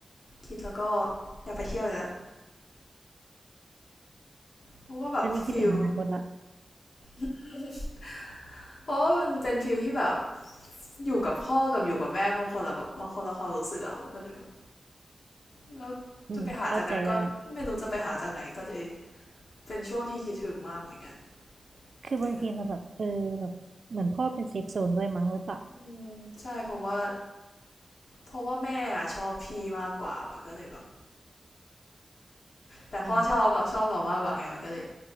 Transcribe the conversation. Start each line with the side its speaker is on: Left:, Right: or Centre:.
Left: คิดแล้วก็อยากไปเที่ยวอีกแล้วเพราะว่าแบบฟิล
Right: อันนี้คิดถึงอนาคตละ
Left: <laughs> เพราะว่ามันเป็นฟิลที่แบบอยู่กับพ่อกับอยู่กับแม่บางคนอะแบบบางคนละความรู้สึกอะมันก็เลยแบบแล้วจะไปหาจากนั้นก็ไม่รู้จะไปหาจากไหนก็เลย
Right: อืมเข้าใจได้
Left: เป็นช่วงที่คิดถึงมากเหมือนกัน
Right: คือบางทีเราแบบเออแบบเหมือนพ่อเป็นเซฟโซนด้วยมั้งหรือเปล่า
Left: เจอกัน อืมใช่เพราะว่าเพราะว่าแม่อะชอบพี่มากกว่ามันก็เลยแบบแต่พ่อชอบเราชอบเรามากกว่าไงมันก็เลย
Right: อ่า